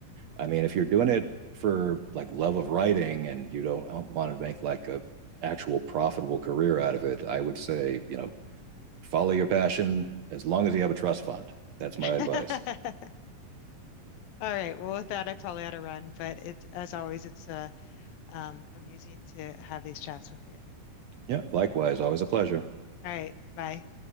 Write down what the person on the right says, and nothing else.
I mean, if you're doing it for like love of writing and you don't uh, want to make like a actual profitable career out of it, I would say, you know, follow your passion as long as you have a trust fund. That's my
advice.
Yeah. Likewise. Always a pleasure.